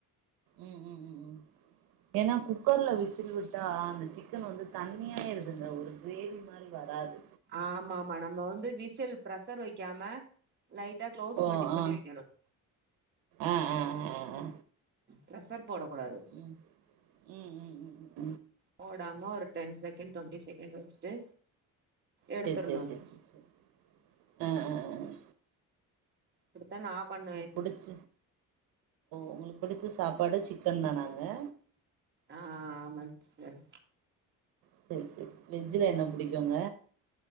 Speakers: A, on the right; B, on the right.
A: ம் ம் ம் ம் ஏன்னா குக்கர்ல விசில் விட்டா அந்த சிக்கன் வந்து தண்ணியாவே இருக்குது ஒரு கிரேவி மாதிரி வராது
B: ஆமா ஆமா நம்ம வந்து விஷல் பிரசர் வைக்காம லைட்டா க்ளோஸ்
A: ஓ
B: பண்ணி மட்டும்
A: ஆ
B: வைக்கணும்
A: ஆ ஆ ஆ ஆ
B: பிரசர் போடக் கூடாது
A: ம் ம் ம் ம் ம்
B: போடாம ஒரு டென் செகண்ட் டுவண்ட்டி செகண்ட் வச்சுட்டு எடுத்துரணு
A: சரி சரி சரி
B: சிஸ்
A: சரி சரி ஆஹ் ஆஹ்
B: இப்டித்தா நா பண்ணுவே இது
A: புடிச்ச உங்களுக்கு பிடிச்ச சாப்பாடு சிக்கன் தானா ஏ
B: ஆ ஆ ஆமா சேர்
A: சரி சரி வெஜ்ல என்ன புடிக்குங்க